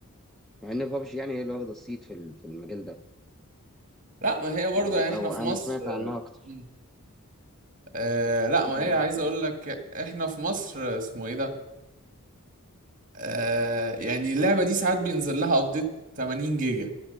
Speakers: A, in the centre; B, on the right (about 35°).
A: مع ان بابجي يعني هي اللي واخده الصيت في ال- في المجال ده
B: لا ما هي برضه
A: او
B: يعني احنا
A: او
B: في
A: انا
B: مصر
A: سمعت عنها اكتر
B: مم. آه
A: انا
B: لا
A: سمعت
B: ما
A: عنها
B: هي عايز
A: اكتر
B: اقول
A: يعني.
B: لك احنا في مصر اسمه ايه ده آه يعني اللعبة دي ساعات بينزل لها ابديت 80 جيجا